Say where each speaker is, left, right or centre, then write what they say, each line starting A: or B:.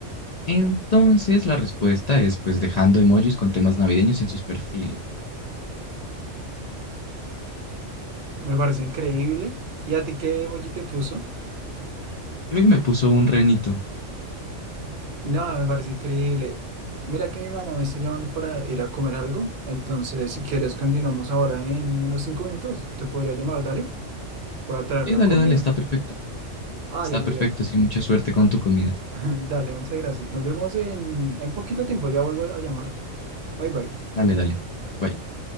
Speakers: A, on the left; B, on the right.
A: Entonces la respuesta es pues dejando emojis con temas navideños en sus perfiles.
B: Me parece increíble. ¿Y a ti qué emoji te puso?
A: A mí me puso un renito.
B: No, me parece increíble. Mira que mi mamá me está llamando para ir a comer algo. Entonces, si quieres, continuamos ahora en unos cinco minutos. Te podría llamar, dale. Voy a traer
A: Y
B: la
A: dale,
B: comida.
A: dale, está perfecto.
B: Dale,
A: Está
B: muy
A: perfecto,
B: bien.
A: sí, mucha suerte con tu comida.
B: <laughs> Dale, muchas gracias. Nos vemos en, en poquito tiempo. Ya vuelvo a llamarte. Bye bye.
A: Dale, dale. Bye.